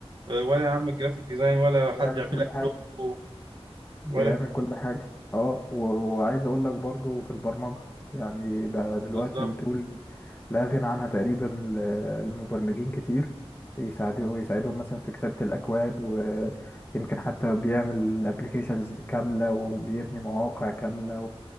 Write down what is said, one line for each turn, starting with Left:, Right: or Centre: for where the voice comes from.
Right: آه، ولا يا عم الجرافيك ديزاين ولا حد
Left: يعمل
Right: يعمل
Left: كل
Right: لك
Left: حاجه
Right: لوجو
Left: بيعمل
Right: ولا ك-
Left: كل حاجة اه و- وعايز اقول لك برضو في البرمجة يعني بقى دلوقتي
Right: بالظبط
Left: تقول لا غنى عنها تقريبا ل- لمبرمجين كتير يساعدوا يساعدهم مثلا في كتابة الأكواد ويمكن حتى بيعمل ابلكيشنز كاملة وبيبني مواقع كاملة